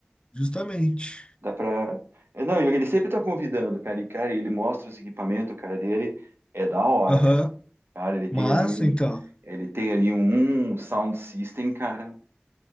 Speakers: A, on the left; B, on the right.
A: Justamente.
B: Dá pra. É, Não, e ele sempre tá convidando, cara. E, cara, ele mostra os equipamentos, cara, dele. É da hora,
A: Aham.
B: cara. Cara, ele tem
A: Massa,
B: ali um.
A: então.
B: Ele tem ali um um sound system, cara.